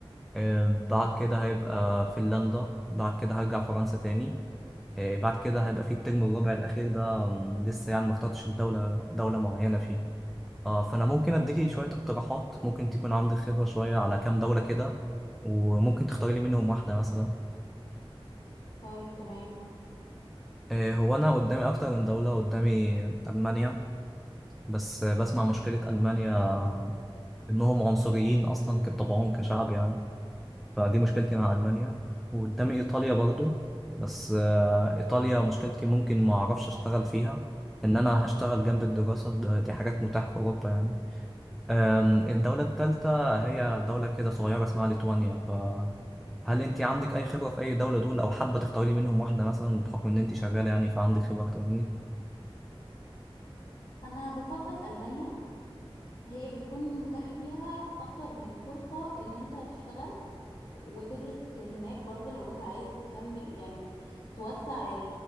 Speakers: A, in the centre; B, on the left.
A: آه، بعد كده هيبقى فنلندا بعد كده هرجع فرنسا تاني آه، بعد كده هيبقى في الترم الرابع الأخير ده مم، لسه يعني ما اخترتش الدولة دولة معينة فيه آه فأنا ممكن أديكي شوية اقتراحات ممكن تكون عندك خبرة شوية على كام دولة كده وممكن تختاري لي منهم واحدة مثلا
B: طيب تمام
A: آه هو أنا قدامي أكتر من دولة قدامي ألمانيا بس آه، بسمع مشكلة ألمانيا آم، إنهم عنصريين أصلا كطبعهم كشعب يعني فدي مشكلتي مع ألمانيا وقدامي إيطاليا برضو بس آه، إيطاليا مشكلتي ممكن ما أعرفش أشتغل فيها إن أنا هشتغل جنب الدراسة ده- دي حاجات متاحة في أوروبا يعني آم، الدولة التالتة هي دولة كده صغيرة اسمها ليتوانيا فهل أنت عندك أي خبرة في أي دولة دول أو حابة تختاري لي منهم واحدة مثلا بحكم إن أنت شغالة يعني فعندك خبرة أكتر مني؟
B: انا بفضل ألمانيا هي بيكون متاح فيها اكتر من فرصة ان انت تشتغل وتدرس هناك برضو لو انت عايز تكمل يعني توسع ال